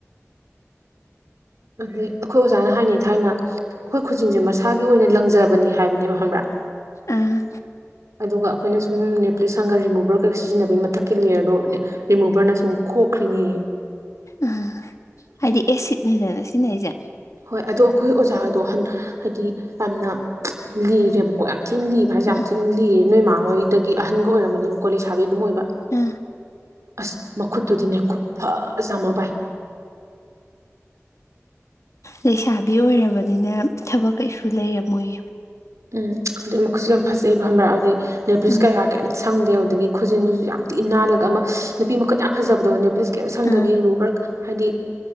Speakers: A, on the right; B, on the left.
A: ꯑꯗꯩ ꯑꯩꯈꯣꯏ ꯑꯣꯖꯥꯅ ꯍꯥꯏꯅꯦ ꯊꯥꯏꯅ ꯑꯩꯈꯣꯏ ꯈꯨꯖꯤꯟꯁꯦ ꯃꯁꯥꯒꯤ ꯑꯣꯏꯅ ꯂꯪꯖꯕꯅꯤ ꯍꯥꯏꯕꯅꯦꯕ ꯈꯡꯕ꯭ꯔꯥ
B: ꯑꯥ
A: ꯑꯗꯨꯒ ꯑꯩꯈꯣꯏꯅ ꯁꯨꯝ ꯅꯦꯜꯄꯣꯂꯤꯁ ꯁꯪꯉ ꯔꯤꯃꯨꯕꯔꯒꯩ ꯁꯤꯖꯤꯟꯅꯕꯒꯤ ꯃꯊꯛꯀꯤ ꯂꯦꯌꯔꯗꯣ ꯔꯤꯃꯨꯚꯔꯅ ꯁꯨꯝ ꯈꯣꯛꯈ꯭ꯔꯤꯅꯤꯌꯦ
B: ꯑ ꯍꯥꯏꯗꯤ ꯑꯦꯁꯤꯠꯅꯤꯗꯅ ꯁꯤꯖꯤꯟꯅꯩꯁꯦ
A: ꯍꯣꯏ ꯑꯗꯣ ꯑꯩꯈꯣꯏ ꯑꯣꯖꯥꯗꯣ ꯍꯥꯏꯗꯤ ꯌꯥꯝꯅ ꯂꯤꯔꯦꯕꯀꯣ ꯌꯥꯝ ꯊꯤꯅ ꯂꯤꯕ ꯍꯥꯏꯁꯦ ꯌꯥꯝ
B: ꯑꯥ
A: ꯊꯤꯅ ꯂꯤꯔꯦ ꯅꯣꯏ ꯃꯥꯥꯍꯣꯏꯗꯒꯤ ꯑꯍꯟꯒ ꯑꯣꯏꯔꯝꯃꯅꯤꯕ ꯂꯩꯁꯥꯕꯤ ꯑꯗꯨꯝ ꯑꯣꯏꯕ
B: ꯎꯝ
A: ꯑꯁ ꯃꯈꯨꯠꯇꯨꯗꯤꯅꯦ ꯈꯨꯨ ꯐꯖꯃ ꯚꯥꯏ
B: ꯂꯩꯁꯥꯕꯤ ꯑꯣꯏꯔꯕꯅꯤꯅ ꯊꯕꯛ ꯀꯩꯁꯨ ꯂꯩꯔꯝꯃꯣꯏ
A: ꯎꯝ ꯑꯗꯨꯗꯩ ꯃꯈꯨꯠꯁꯨ ꯌꯥꯝ ꯐꯖꯩꯑꯕ ꯈꯪꯕ꯭ꯔꯥ ꯑꯗꯨꯗꯗꯤ ꯅꯦꯄꯨꯂꯤꯁ
B: ꯎꯝ
A: ꯀꯌꯥ ꯀꯩꯝꯇ ꯁꯪꯗꯦ ꯑꯗꯨꯗꯒꯤ ꯈꯨꯖꯤꯟꯗꯨꯁꯨ ꯌꯥꯝ ꯊꯤꯅ ꯅꯥꯜꯂꯒ ꯑꯃ ꯅꯨꯄꯤ ꯃꯈꯨꯠ ꯌꯥꯝ ꯐꯖꯕꯗꯣ ꯅꯦꯜꯄ꯭ꯣꯂꯤꯁ ꯀꯩꯝ ꯁꯪꯗꯕꯤ
B: ꯑꯥ
A: ꯔꯤꯃꯨꯕꯔ ꯍꯥꯏꯗꯤ